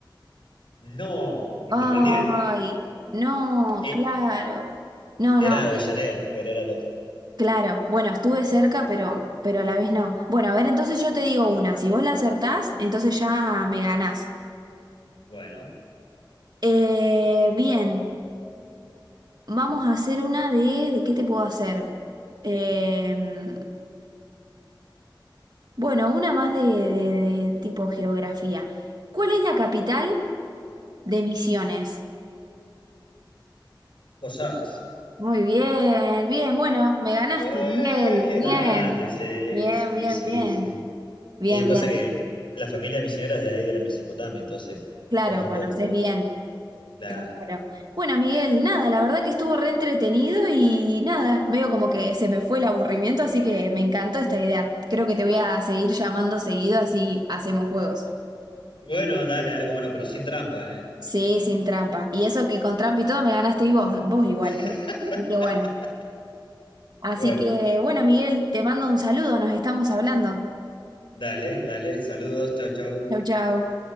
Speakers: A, on the left (about 85°); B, on the right (about 55°).
A: No, Independiente.
B: Ay, no,
A: Eh,
B: claro. No,
A: era
B: no.
A: de Avellaneda, pero era el otro.
B: Claro, bueno, estuve cerca, pero, pero a la vez no. Bueno, a ver, entonces yo te digo una. Si vos la acertás, entonces ya me ganás.
A: Bueno,
B: Eh, bien, vamos a hacer una de... ¿De qué te puedo hacer? Eh, bueno, una más de, de- de tipo geografía. ¿Cuál es la capital de Misiones?
A: Posadas.
B: Muy bien, bien, bueno, me ganaste,
A: Eh,
B: Miguel.
A: qué
B: Bien,
A: grande, sí,
B: bien,
A: sí,
B: bien,
A: sí,
B: bien.
A: sí.
B: Bien,
A: Y pasa
B: bien.
A: que la familia de mi señora es de ahí, de la Mesopotamia, entonces
B: Claro,
A: conozco
B: conoces
A: un poco.
B: bien.
A: Claro.
B: Claro. Bueno, Miguel, nada, la verdad que estuvo re entretenido y nada, veo como que se me fue el aburrimiento, así que me encantó esta idea. Creo que te voy a seguir llamando seguido, así hacemos juegos.
A: Bueno, dale, dale, como no, pero sin trampa, ¿eh?
B: Sí, sin trampa. Y eso que con trampa y todo me ganaste y vos, vos igual,
A: <laughs>
B: ¿eh? Así que bueno. Así
A: Bueno,
B: que bueno, Miguel, te mando un saludo, nos estamos hablando.
A: dale, dale, saludos, chau, chau.
B: Chau, chau.